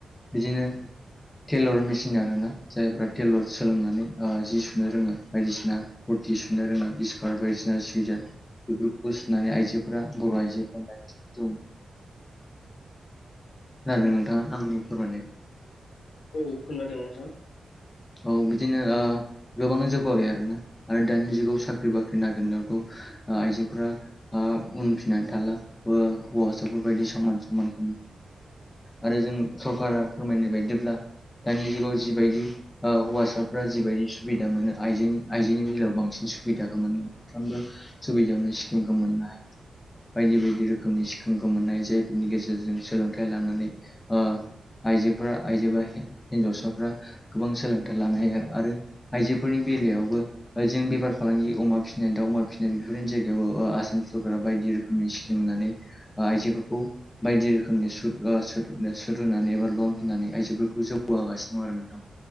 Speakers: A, on the left; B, on the left.
A: बिदिनो टेलर मेसिन आरोना जायफ्रा टेलर सोलोंनानै ओ जि सुनो रोङो। बायदिसिना कुरथि सुनो रोङो स्कार्ट बायदिसिना सुयजार बेफोरखौ सुनानै आइजोफोरा बर' आइजोफोरा <unintelligible> जौ खोनादों नोंथाङा आंनि फोरमायनायखौ?
B: औ खोनादों नोंथां।
A: औ बिदिनो ओ गोबाङानो जौगाबाय आरोना आरो दानि जुगाव साख्रि बाख्रि नागिरनायाथ' ओ आइजोफोरा ओ उनफिननानै थाला ओ हौवासाफोरबायदि समान समान। आरो जों सरकारा फोरमायनाय बायदिब्ला दानि जुगाव जिबायदि ओ हौवासाफ्रा जिबायदि सुबिदा मोनो आइजोनि आइजोनि बेलायाव बांसिन सुबिदाखौ मोनो। साफ्रोमबो सुबिदायावनो स्किमखौ मोननो हायो। बायदि बायदि रोखोमनि स्खिमखौ मोननाय जायफोरनि गेजेरजों सोलोंथाइ लानानै ओ आइजोफोरा आइजो बा हिन्जावसाफ्रा गोबां सोलोंथाइ लानो हायो आरो आरो आइजोफोरनि बेलायावबो जों बेफार फालांगि अमा फिसिनाय दाउ अमा फिसिनाय बेफोरनि जायगायाव ओ आसाम सरकारा बायदि रोख रोखोमनि स्किम होननानै आइजोफोरखौ बायदि रोखोमनि सुद ओ सुद सुद होनानै एबा लन होनानै आइजोफोरखौ जौगा होगासिनो दं आरो नोंथां।